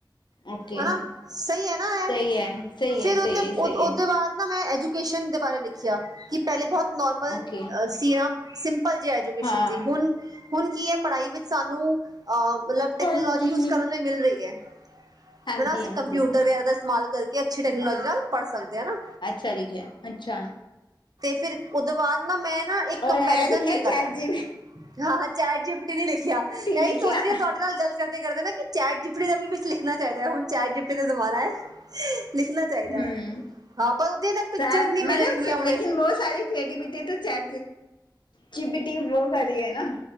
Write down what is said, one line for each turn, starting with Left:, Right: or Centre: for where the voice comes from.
Left: ਓਕੇ
Right: ਹਨਾ ਸਹੀ ਐ ਨਾ ਇਹ,
Left: ਸਹੀ ਹੈ ਸਹੀ
Right: ਫਿਰ
Left: ਹੈ ਸਹੀ
Right: ਉਹ
Left: ਹੈ ਸਹੀ
Right: ਉਹਦੇ
Left: ਹੈ
Right: ਬਾਅਦ ਨਾ ਐਂਜੂ ਕੇਸ਼ਨ ਦੇ ਬਾਰੇ ਲਿਖਿਆ ਕਿ ਪਹਿਲੇ ਬਹੁਤ ਨਿਰਮਲ
Left: ਓਕੇ
Right: ਅਅ ਸੀ ਐ ਕਲ ਜੇ ਐਜੂਕੇਸ਼ਨ
Left: ਹਾਂ
Right: ਸੀ ਹੁਣ- ਹੁਣ ਕੀ ਐ ਪੜ੍ਹਾਈ ਵਿੱਚ ਸਾਨੂੰ ਅਹ ਮਤਲਬ ਟੈਕਨੋਲੋਜੀ
Left: ਹਾਂਜੀ
Right: ਯੂਜ ਕਰਨ ਲਈ ਮਿਲ ਰਹੀ ਐ।
Left: ਹਾਂਜੀ
Right: ਹਨਾ ਅਸੀਂ
Left: ਹਾਂਜੀ
Right: ਕੰਪਿਊਟਰ ਵਗੇਰਾ ਦਾ ਇਸਤੇਮਾਲ ਕਰਕੇ ਅੱਛੀ ਟੈਕਨੋਲੋਜੀ ਨਾਲ ਪੜ੍ਹ ਸਕਦੇ ਹ ਹਨਾ।
Left: ਚਲੀ ਗਿਆ ਅੱਛਾ।
Right: ਫਿਰ ਉਹਦੇ ਬਾਅਦ ਨਾ ਮੈਂ ਨਾ ਇੱਕ
Left: ਔਰ,
Right: ਕੰਪੈਰੀਜ਼ਨ
Left: ਏਹ ਵੀ ਕਿਆ
Right: ਕਰਿਆ
Left: ਚੈਟ ਜੀਵ
Right: ਹਾਂ ਚੈਟ ਜੀ ਪਟੀ ਵੀ ਲਿਖਿਆ
Left: ਟੀ ਲਿਖਿਆ
Right: ਇਹੀ ਸੋਚ ਰਹੀ ਹ ਤੁਹਾਡੇ ਨਾਲ ਗੱਲ ਚਰਦੇ ਚਰਦੇ ਨਾ ਕੀ ਚੈਟ ਜੀਪ ੜੀ ਦਾ ਵੀ ਵਿੱਚ ਕੁਛ ਲਿਖਣਾ ਚਾਈਦਾ ਐ। ਹੁਣ ਚੈਟ ਜੀਪ ੜੀ ਦਾ ਜ਼ਮਾਨਾ ਐ। ਲਿਖਣਾ ਚਾਈਦਾ
Left: ਹਮ
Right: ਐ, ਹਾਂ ਪਰ ਓਦੀਆਂ ਨਾ ਪਿਚਰਸ
Left: ਸਾਰਾ
Right: ਨੀ ਮਿਲਣਗੀਆਂ
Left: ਮਤਲਬ
Right: ਹੁਣੇ।
Left: ਲੇਕਿਨ ਬਹੁਤ ਸਾਰੀ ਕ੍ਰੀਟੀਿਵਿਟੀ ਚੈ ਚੀ ਪੀ ਟੀ ਬੋ ਸਾਰੀ ਐ ਨਾ।